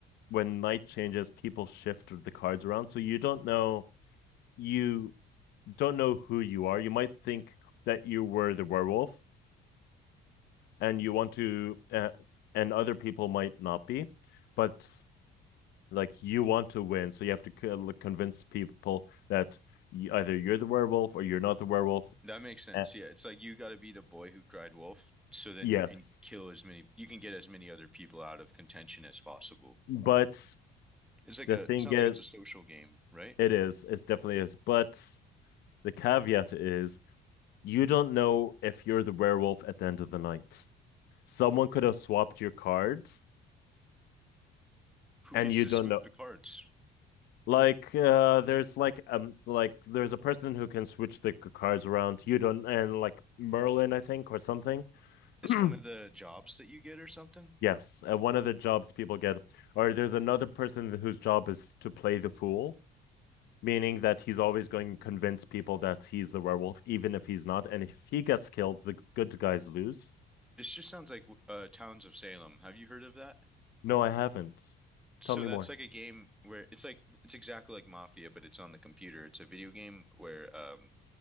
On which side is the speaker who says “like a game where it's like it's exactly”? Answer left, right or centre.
Centre